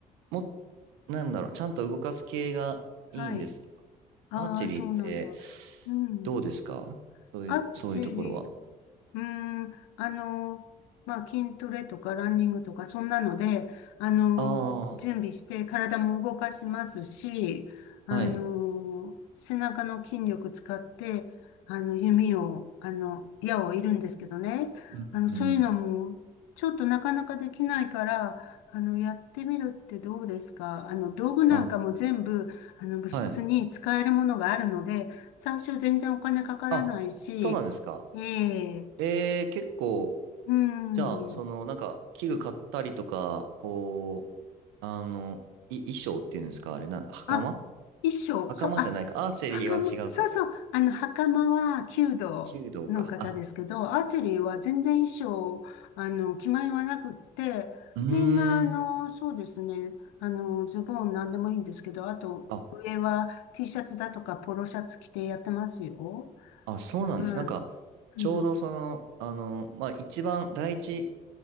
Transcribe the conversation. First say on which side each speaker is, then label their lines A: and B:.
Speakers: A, on the right; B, on the left.
A: も、なんだろう、ちゃんと動かす系がいいんですけど、
B: はい。ああ、
A: アーチェリーって、
B: そうなんだ。うん。
A: どうですかそういう、
B: アーチェリう
A: そういうところは。
B: ーん、あの、まあ、筋トレとかランニングとか、そんなので、あの、
A: あ
B: 準備して体も動かしますし、あの、
A: あ、はい。
B: 背中の筋力使って、あの、弓を、あの、矢を射るんですけどね。
A: うんうんうん
B: あの、そういうのも、ちょっとなかなかできないから、あの、やってみるってどうですかあの、道具なんかも全部、
A: あ、
B: あの、部室に使えるものがあるので、
A: はい。
B: 最初全然お金かからないし、
A: あ、そうなんですか。
B: ええ
A: えー、結構、
B: うーん。
A: じゃあ、その、なんか、器具買ったりとか、こう、あの、い、衣装っていうんですか、あれな、袴
B: あ、衣装、
A: 袴じゃないか。
B: そう、あ、
A: アーチェリーは違うか。
B: 袴、そうそう、あの、袴は弓道の方ですけど、
A: 弓道か。あ、
B: アーチェリーは全然衣装、あの、決まりはなくって、
A: うーん。
B: みんな、あの、そうですね、あの、ズボンなんでもいいんですけど、あと、
A: あ、
B: 上は T シャツだとかポロシャツ着てやってますよ。
A: あ、そうなんです。
B: はい。
A: なんか、ちょうどその、
B: うん。
A: あの、まあ、一番、第一